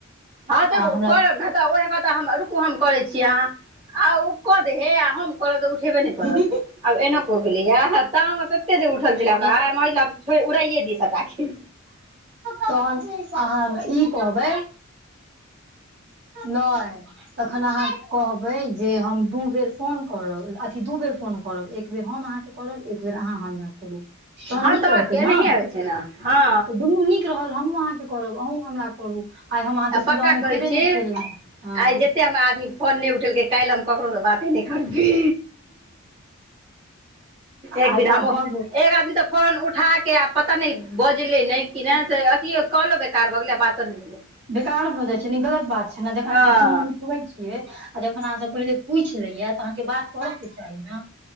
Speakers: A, on the right; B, on the right.
A: हँ तऽ
B: आ हमरा
A: करब ने तऽ ओहे कऽ हम रुकु हम करै छिए अहाँ आ ओ कऽ दे हे आ हम करब तऽ उठेबै नै करत
B: नहि
A: आब एना को भेलैए तामस आते जे उठल छेला
B: तऽ
A: आय हमरा म उड़ाए दी सभटााके
B: तहन अहाँ ई कहबै नय तखन अहाँ कहबै जे हम दू बेर फोन करब अथी दू बेर फोन करब एक बेर हम अहाँके करब एक बेर अहाँ हमरा करू तहन
A: हँ
B: नीक
A: तऽ
B: रहते
A: आओर की एनाहिए
B: ने
A: होइ छै ने हँ
B: दुनू नीक रहल, हमूँ अहाँके करब। अहुँ हमरा करू। आइ हम अहाँके
A: आ
B: सुबह
A: पक्का
B: मे
A: कहै
B: केने नहि
A: छी आइ
B: केलहुँ हँ
A: जतेक आदमी हमर फोन नहि उठेलकै, काल्हि हम ककरोसँ बाते नहि करबै एक
B: आइ
A: दिन
B: तऽ
A: हमो
B: आब भऽ गेल
A: एक आदमी तऽ फोन उठा कऽ आ पता नहि, बजलै नहि कि नहि से अथियो कहलहुँ बेकार भऽ गेलै आ बातो नहि भेलैफोन उठा कऽ आ पता नहि, बजलै नहि कि नहि से अथियो कहलहुँ कालो बेकार भऽ गेलै आ बातो नहि भेलै
B: बेकार भऽ जाइ छै ने, ई गलत बात छै ने। जखन
A: हँ
B: अहाँ फोन उठबै छियै आ जखन अहाँसँ पहिले पूछि जाया तऽ अहाँके बात करऽ के चाही ने